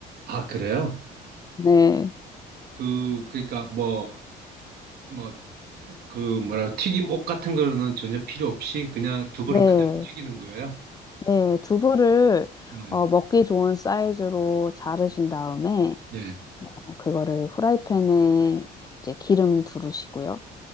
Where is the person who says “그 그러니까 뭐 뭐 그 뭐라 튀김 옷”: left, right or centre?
Right